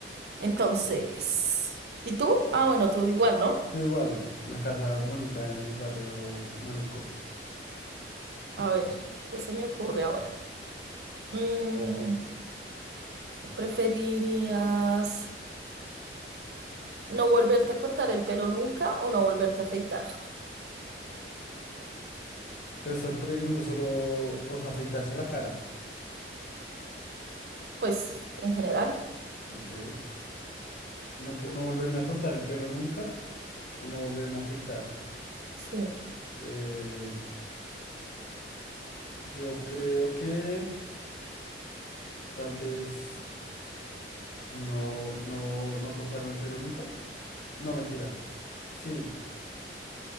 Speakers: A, on the right; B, on the left.
A: entonces, ¿y tú? Ah, bueno, tú igual, ¿no?
B: Yo igual, la casa bonita en el barrio maluco.
A: A ver, ¿qué se me ocurre ahora? Mm, ¿preferirías no volverte a cortar el pelo nunca o no volverte a afeitar?
B: Pero esta pregunta solo, o sea, afeitarse la cara.
A: Pues, en general,
B: Ok. No, po- no volverme a cortar el pelo nunca o no volverme a afeitar.
A: sí.
B: Eh, yo creo que tal vez no, no, no cortarme el pelo nunca. No, mentira. Sí,